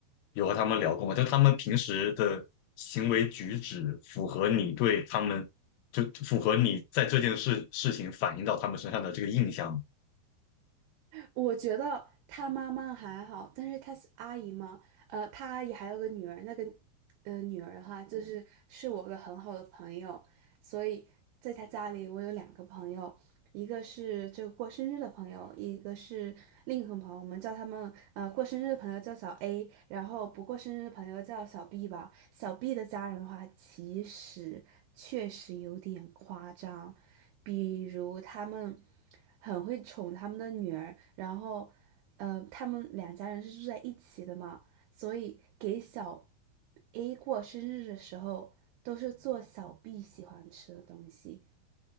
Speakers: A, on the left; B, on the right.
A: 有和他们聊过吗？就他们平时的行为举止符合你对他们，就就符合你在这件事事情反映到他们身上的这个印象吗？
B: 我觉得他妈妈还好，但是他是阿姨嘛，呃，他阿姨还有个女儿，那个呃女儿的话，就是是我个很好的朋友，所以在他家里，我有两个朋友，一个是这个过生日的朋友，一个是另一个朋友，我们叫他们呃过生日的朋友叫小 A，然后不过生日的朋友叫小 B 吧。小 B 的家人的话，其实确实有点夸张，比如他们很会宠他们的女儿，然后呃他们两家人是住在一起的嘛。所以给小 A 过生日的时候，都是做小 B 喜欢吃的东西。